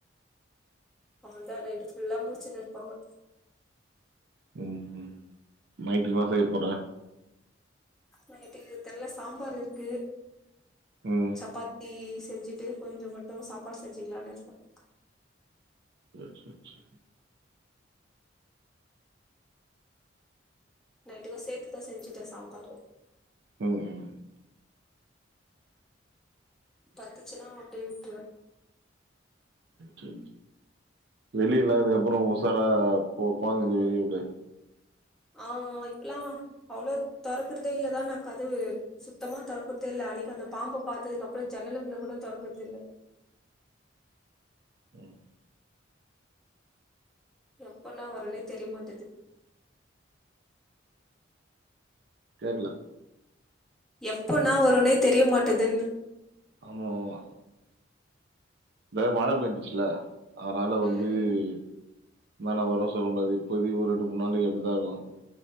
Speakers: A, in the centre; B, on the right.
A: அவளதான் நைட்டு புல்லா மூச்சன்னு இருப்பாங்க
B: உம்-உம் நைட்டு <unintelligible> சொய்ய போற
A: நைட்டுக்கு தெரில சாம்பார் இருக்கு
B: ம்
A: சப்பாத்தி செஞ்சுட்டு கொஞ்ச மட்டும் சாப்பாடு செஞ்சுக்கலனு இருக்கேன்
B: <unintelligible>
A: நைட்டுக்கு சேர்த்துதான் செஞ்சுட்டேன் சாப்பாடு
B: உம்-உம்
A: பத்துச்சுன்னா அப்டியே விட்டுருவேன்
B: செ-செ வெளியல்லா இதுக்கப்பறம் உசாரா போ குழந்தைங்க வெளிய விட்டு
A: ஹா இப்பல்லாம் அவ்ளோ துறக்கறதே இல்லதான் நா கதவு சுத்தமா துறக்கறதே இல்ல அன்னிக்கு அந்த பாம்பு பாத்ததுக்கு அப்பறம் ஜன்னலங்களை கூட துறக்கறத இல்ல
B: ம்
A: எப்பண்ணா வரேனே தெரியமாட்டது
B: கேக்கல
A: எப்போ நா வரும்னே தெரிய மாட்டதுன்ன
B: ஆமா-ஆமா இத மழ பெஞ்சுச்சுல அதனால
A: ம்
B: வந்து என்னன்னா வரும் சொல்லும்பது இப்போதி ஒரு ரெண்டு மூணு நாளைக்கு அப்டித்தான் இரு